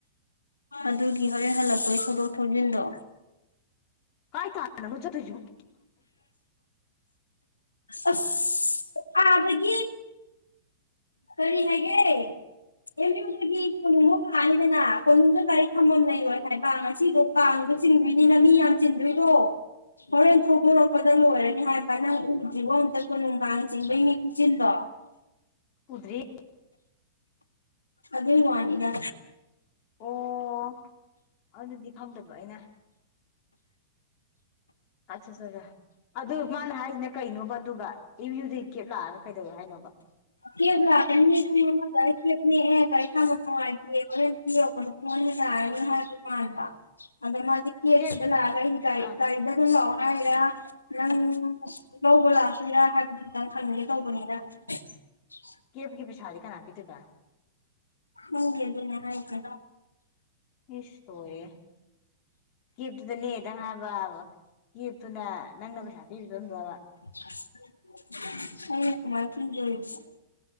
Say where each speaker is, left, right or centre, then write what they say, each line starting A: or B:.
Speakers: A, on the left; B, on the left.
A: ꯑꯗꯨꯒꯤ ꯍꯣꯔꯦꯟ ꯍꯜꯂꯛꯄꯒꯤ ꯊꯧꯗꯣꯛ ꯊꯧꯖꯤꯟꯗꯣ
B: ꯀꯥꯏ ꯇꯥꯟꯅꯅꫭ ꯆꯠꯇꫭꯏꯁꯤꯕꫭ
A: ꯑꯁ ꯑꯗꯒꯤ ꯀꯔꯤ ꯍꯥꯏꯒꯦ꯫ ꯑꯦꯝ ꯌꯨꯗꯒꯤ ꯀꯣꯅꯨꯡꯃ ꯀꯥꯡꯉꯤꯗꯅ ꯀꯣꯅꯨꯡꯗ ꯒꯥꯔꯤꯛ ꯊꯝꯃꯝ ꯂꯩꯔꯣꯏ ꯍꯥꯏꯕ ꯉꯁꯤꯗꯣ ꯀꯥꯡꯗꯨ ꯆꯤꯡꯗꯣꯏꯅꯤꯅ ꯃꯤ ꯌꯥꯝ ꯆꯤꯟꯗꯣꯏꯗꯣ ꯍꯣꯔꯦꯟ ꯊꯧꯗꯣꯔꯛꯄꯗ ꯂꯣꯏꯔꯅꯤ ꯍꯥꯏꯕ ꯀꯅꯪ ꯎꯗ꯭ꯔꯤꯔꯤꯕꯣ ꯑꯝꯇ ꯀꯣ ꯅꯨꯡꯗꯥꯡ ꯆꯤꯡꯕꯩ ꯃꯤ ꯈꯨꯆꯜꯗꯣ
B: ꯎꯗ꯭ꯔꯤ
A: ꯑꯗꯨꯗ ꯋꯥꯅꯤꯗ
B: ꯑꯣ ꯑꯗꯨꯗꯤ ꯈꯪꯗꯕ ꯑꯩꯅ ꯑꯆꯥ ꯆ ꯑꯗꯨ ꯃꯥꯅ ꯍꯥꯏꯁꯤꯅ ꯀꯩꯅꯣꯕ ꯑꯗꯨꯒ ꯃꯌꯨꯗꯒꯤ ꯀꯦꯞ ꯂꯥꯛꯑꯒ ꯀꯩꯗꯧꯋꯤ ꯍꯥꯏꯅꯣꯕ
A: ꯀ‌ꯦꯞ ꯂꯥꯛꯀꯅꯤ ꯄꯨꯡ ꯑꯃ ꯑꯗꯨꯋꯥꯏꯗ ꯀꯦꯞ ꯅꯥꯛ ꯒꯥꯔꯤ ꯈꯟꯐꯝ ꯅꯤꯉꯥꯏꯇꯦ ꯍꯣꯔꯦꯟ ꯄꯨꯡ ꯑꯅꯤ ꯇꯥꯔꯥꯅꯤ ꯍꯥꯏꯕ ꯀꯟꯗ ꯃꯥꯗꯤ ꯀ ꯑꯦꯗ
B: ꯀꯦꯞ
A: ꯀ ꯀꯗ ꯂꯩ
B: ꯑꯥ
A: ꯂꯛꯑꫭ ꯍꯥꯏꯔ ꯅꯪ ꯂꯧꯕ ꯂꯥꯛꯑꯁꯤꯔ ꯍꯥꯏꯕꯗꯨ ꯈꯤꯇꯪ ꯈꯪꯉꯒꯦ ꯇꯧꯕꯅꯤꯗ <inaudible>
B: ꯀꯄ ꯄ‌ꯩꯁꯥꯗ ꯀꯅꯥ ꯄꯤꯗꯣꯏꯕ
A: ꯅꯪ ꯒꯤ ꯑꯗꯨꯅꯦ ꯍꯥꯏꯁꯦ꯫
B: ꯏꯁ ꯂꯣꯏꯔꯤꯍꯦ ꯀꯦꯞꯇꯨꯗꯅꯦ ꯍꯥꯏꯕ ꯀꯦꯞꯇꯨꯅ ꯅꯪꯅ ꯄꯩꯁꯥ ꯀꯤꯕꯔꯝꯗꯕ
A: <inaudible> <unintelligible>